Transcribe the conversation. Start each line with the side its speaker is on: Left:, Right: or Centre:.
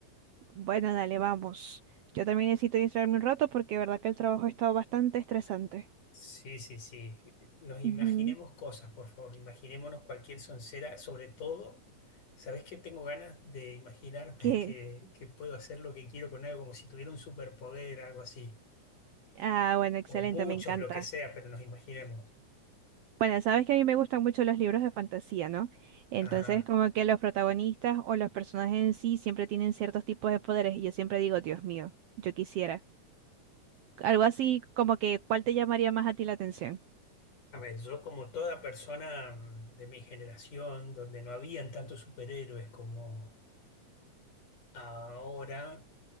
Right: bueno, dale, vamos. Yo también necesito distraerme un rato porque de verdad que el trabajo ha estado bastante estresante.
Left: Sí, sí, sí. Nos imaginemos
Right: Ujú.
Left: cosas, por favor. Imaginémonos cualquier soncera. Sobre todo, ¿sabés que tengo ganas de imaginarme
Right: ¿Qué?
Left: <laughs> que, que puedo hacer lo que quiero con algo, como si tuviera un superpoder, algo así?
Right: Ah, bueno, excelente,
Left: O muchos,
Right: me encanta.
Left: lo que sea, pero nos imaginemos.
Right: Bueno, sabes que a mí me gustan mucho los libros de fantasía, ¿no? Entonces,
Left: Ajá.
Right: como que los protagonistas o los personajes en sí siempre tienen ciertos tipos de poderes y yo siempre digo, Dios mío, yo quisiera. Algo así como que, ¿cuál te llamaría más a ti la atención?
Left: A ver, yo como toda persona mm, de mi generación, donde no habían tantos superhéroes como ahora,